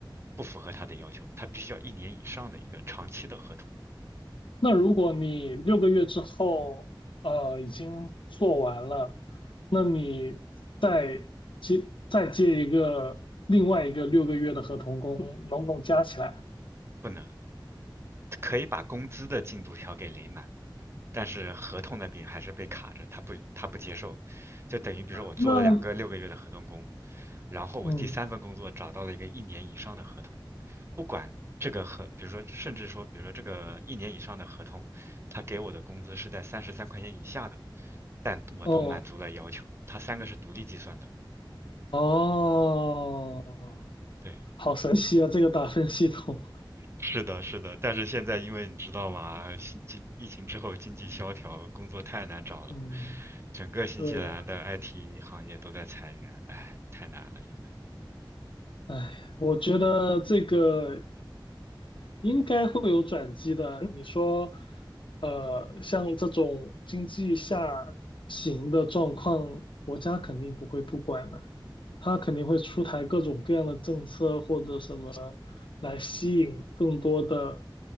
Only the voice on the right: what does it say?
不符合他的要求，他必须要一年以上的一个长期的合同。
不能。可以把工资的进度条给垒满，但是合同那边还是被卡着，他不他不接受，就等于比如说我做了两个六个月的合同工，
然后我第三份工作找到了一个一年以上的合同，
不管这个合，比如说甚至说，比如说这个一年以上的合同，他给我的工资是在三十三块钱以下的，但我都满足了要求，
他三个是独立计算的，
对，
是的，是的，但是现在因为你知道吗，新经疫情之后经济萧条，工作太难找了，
整个新西兰的
IT 行业都在裁员，唉，太难了现在。